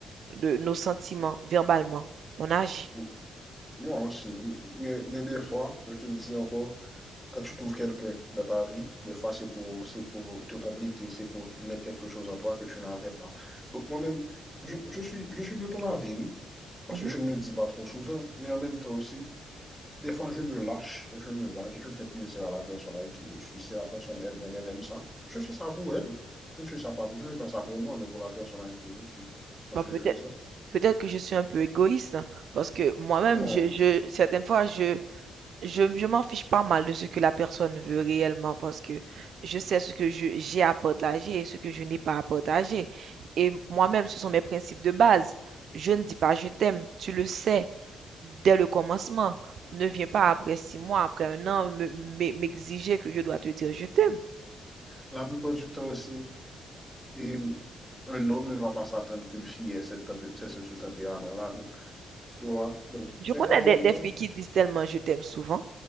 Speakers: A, on the right; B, in the centre.
A: de nos sentiments verbalement. On agit.
B: ou- Moi aussi. Mais, mais des fois, je te dis encore, quand tu trouves quelqu'un dans ta vie, des fois c'est pour, c'est pour te compléter, c'est pour mettre quelque chose en toi que tu n'avais pas. Donc moi-même, je, je suis, je suis de ton avis, oui, parce
A: Mhm.
B: que je ne le dis pas trop souvent, mais en même temps aussi, Des fois, je me lâche, je me lâche, je fais plaisir à la personne avec qui je suis. Si la personne elle-même, elle aime ça, je fais ça pour elle. Je fais ça pas, je fais pas ça pour moi, mais pour la personne avec qui je suis. Tu vois
A: Bon,
B: ce
A: peut-être,
B: que je veux dire?
A: peut-être que je suis un peu égoïste parce que moi-même,
B: Non.
A: je, je, certaines fois, je, je, je m'en fiche pas mal de ce que la personne veut réellement parce que je sais ce que je, j'ai à partager et ce que je n'ai pas à partager. Et moi-même, ce sont mes principes de base. Je ne dis pas je t'aime, tu le sais dès le commencement. Ne viens pas après six mois, après un an, me- me- m'exiger que je dois te dire je t'aime.
B: La plupart du temps aussi, les- un homme ne va pas s'attendre qu'une fille ait cette tempé- ce, ce- ce tempérament-là. Donc, tu vois? Donc, des
A: Je connais
B: fois, l'homme.
A: des, des
B: ouais.
A: filles qui disent tellement je t'aime souvent.